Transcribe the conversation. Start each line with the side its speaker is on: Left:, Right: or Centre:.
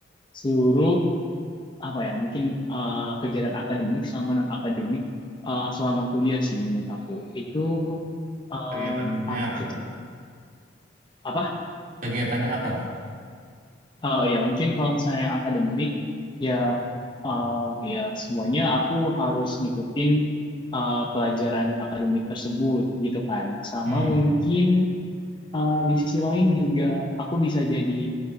Left: seluruh apa ya mungkin eh, kegiatan akademik sama non akademik selama kuliah sih menurut aku itu eh,
Right: Kegiatannya
Left: arti
Right: apa tuh?
Left: apa
Right: Kegiatannya apa tuh?
Left: eh, ya mungkin kalau misalnya akademik ya eh, ya semuanya aku harus ngikutin eh, pelajaran akademik tersebut gitu kan sama
Right: Hmm,
Left: mungkin eh, di sisi lain juga aku bisa jadi